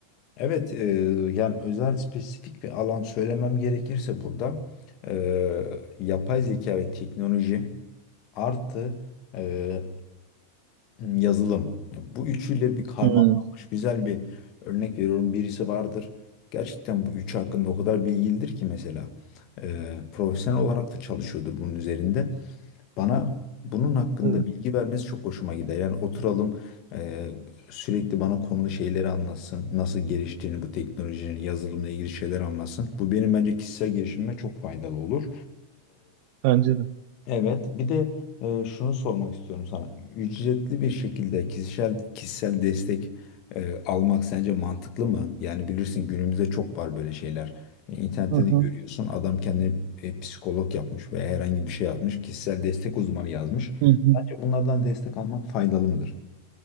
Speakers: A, on the left; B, on the right.
A: Evet, e, yani özel spesifik bir alan söylemem gerekirse burada e, yapay zeka ve teknoloji artı e, yazılım. Bu üçüyle bir karmalanmış
B: Hmm.
A: güzel bir örnek veriyorum. Birisi vardır. Gerçekten bu üçü hakkında o kadar bilgilidir ki mesela. E, profesyonel olarak da çalışıyordur bunun üzerinde. Bana bunun hakkında
B: Evet,
A: bilgi vermesi çok hoşuma gider. Yani oturalım e, sürekli bana konulu şeyleri anlatsın. Nasıl geliştiğini bu teknolojinin yazılımla ilgili şeyler anlatsın. Bu benim bence kişisel gelişimime çok faydalı olur.
B: bence de.
A: Evet, bir de e, şunu sormak istiyorum sana. Ücretli bir şekilde kişisel kişisel destek e, almak sence mantıklı mı? Yani bilirsin günümüzde çok var böyle şeyler. E, İnternette
B: Hı hı.
A: de görüyorsun adam kendini e, psikolog yapmış veya herhangi bir şey yapmış. Kişisel destek uzmanı yazmış.
B: Hı hı.
A: Sence bunlardan destek almak faydalı mıdır?